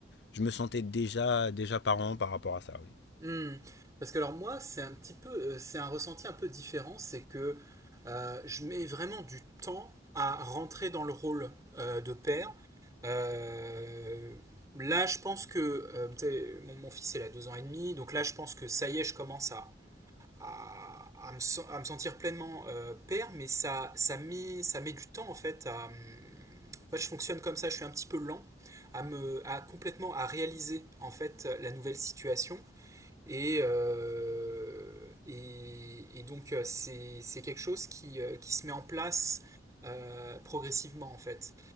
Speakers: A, on the left (about 65°); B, on the right (about 20°).
A: je me sentais déjà, déjà parent par rapport à ça, oui.
B: Hmm. Parce que alors moi, c'est un petit peu, euh, c'est un ressenti un peu différent, c'est que euh, je mets vraiment du temps à rentrer dans le rôle euh, de père. Euh, là, je pense que euh, tu sais, mon, mon fils, il a deux ans et demi, donc là, je pense que ça y est, je commence à, à, à me, sen- à me sentir pleinement euh, père, mais ça, ça met, ça met du temps en fait à. hum, En fait, je fonctionne comme ça, je suis un petit peu lent à me, à complètement à réaliser en fait la nouvelle situation. Et, euh, et, et donc, euh, c'est c'est quelque chose qui, euh, qui se met en place euh, progressivement, en fait.